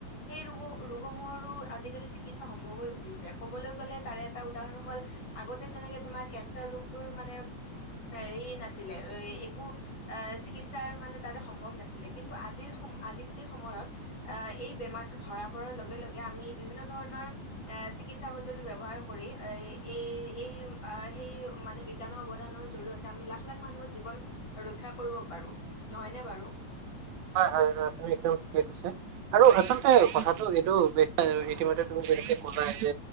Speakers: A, on the left (about 40°); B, on the right (about 80°).
A: সেই ৰোগৰ ৰোগসমূহৰো আজিকালি চিকিৎসা সম্ভৱ হৈ উঠিছে। ক'বলৈ গ'লে তাৰে এটা উদাহৰণ হল আগতে যে তোমাৰ কেনচাৰ ৰোগটোৰ মানে হে নাছিলে একো চিকিত চাৰ মানে তাৰে সম্ভৱ নাছিলে। কিন্তু আজিৰ আজিকালিৰ সময়ত আহ এই বেমাৰটো ধৰা পৰাৰ লগে লগে আমি বিভিন্ন ধৰণৰ এ চি চিকিৎসা সঁজুলি ব্যৱহাৰ কৰি এই এই সেই মানে বিজ্ঞানৰ অৱদানৰ জৰিয়তে আমি লাখ-লাখ মানুহৰ জীৱন ৰক্ষা কৰিব পাৰো, নহয়নে বাৰু?
B: হয়, হয়, হয়। আপুনি একদম ঠিকেই কৈছে। আৰু আচলতে কথা এইটো ইতিমধ্যে তুমি যেনেকে কলাই যে